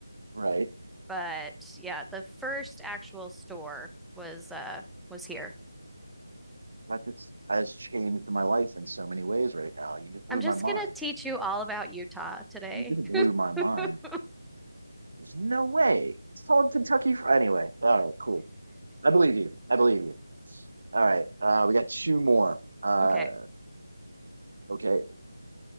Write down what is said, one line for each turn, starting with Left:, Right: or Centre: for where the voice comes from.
Right: right?
Centre: But yeah, the first actual store was uh was here.
Right: That just has changed my life in so many ways right now. You just blew
Centre: I'm just
Right: my mind.
Centre: gonna teach you all about Utah today.
Right: You just
Centre: <laughs>
Right: blew my mind. There's no way. It's called Kentucky Fried. Anyway, all right, cool. I believe you. I believe you. All right, uh, we got two more. Uh,
Centre: Okay.
Right: okay,